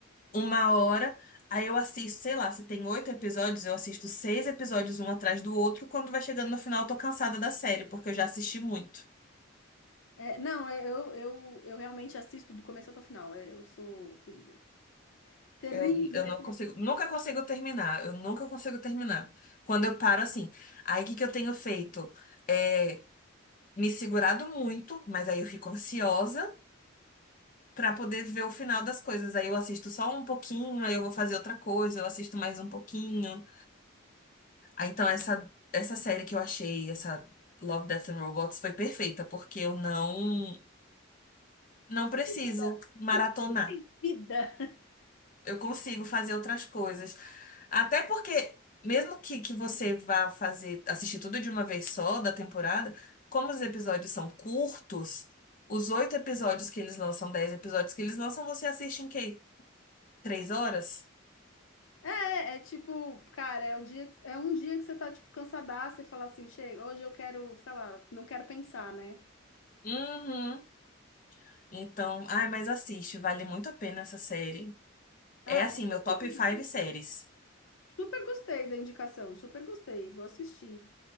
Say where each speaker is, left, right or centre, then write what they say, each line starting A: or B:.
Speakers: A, on the left (about 40°); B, on the left (about 75°).
A: uma hora, aí eu assisto, sei lá, se tem oito episódios, eu assisto seis episódios um atrás do outro. Quando vai chegando no final, eu tô cansada da série, porque eu já assisti muito.
B: É, não, é, eu, eu, eu realmente assisto do começo até o final. É, eu sou terrível. Terrível.
A: Eu, eu não consigo, nunca consigo terminar, eu nunca consigo terminar. Quando eu paro assim, aí o que que eu tenho feito? É me segurado muito, mas aí eu fico ansiosa. Pra poder ver o final das coisas. Aí eu assisto só um pouquinho, aí eu vou fazer outra coisa, eu assisto mais um pouquinho. Ah, então essa essa série que eu achei, essa Love, Death and Robots foi perfeita, porque eu não não
B: Você
A: preciso
B: tem vida?
A: maratonar.
B: Por que você tem vida?
A: Eu consigo fazer outras coisas. Até porque mesmo que, que você vá fazer assistir tudo de uma vez só da temporada, como os episódios são curtos, os oito episódios que eles lançam, dez episódios que eles lançam, você assiste em que Três horas?
B: É, é tipo, cara, é o dia que- é um dia que você tá, tipo, cansadaça e fala assim, chega, hoje eu quero, sei lá, não quero pensar, né?
A: Uhum. Então, ai, mas assiste, vale muito a pena essa série. É
B: Ah,
A: assim,
B: vou
A: meu
B: assistir.
A: top 5
B: Nossa,
A: séries.
B: Super gostei da indicação, super gostei, vou assistir.